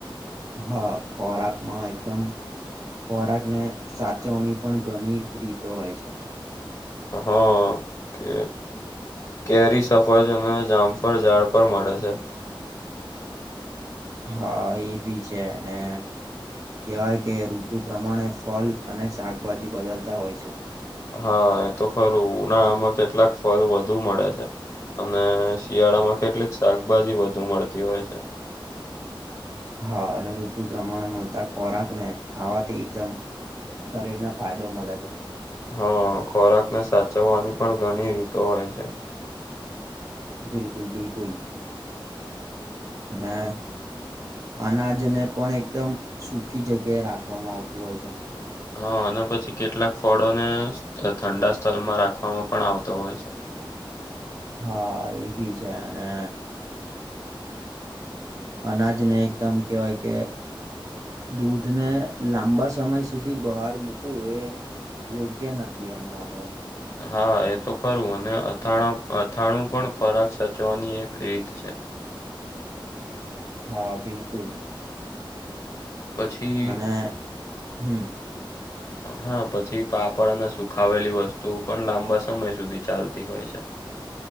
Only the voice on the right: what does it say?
હા ખોરાક માંય એકદમ ખોરાક ને સાચવણી પણ ઘણી રીતો હોય છે.
હા એ ભી છે અને કહેવાય કે ઋતુ પ્રમાણે ફલ અને શાકભાજી બદલતા હોય છે.
હા અને ઋતુ પ્રમાણે મળતા ખોરાક ને ખાવાથી એકદમ શરીરને ફાયદો મળે છે.
બિલકુલ બિલકુલ અને અનાજને પણ એકદમ સુખી જગ્યાએ રાખવામાં આવતું હોય છે.
હા એ ભી છે અને અનાજ ને એકદમ કહેવાય કે દૂધ ને લાંબા સમય સુધી બહાર મૂકવું એ યોગ્ય નથી એમ માનવામાં
હા બિલકુલ.
અને હમ્મ.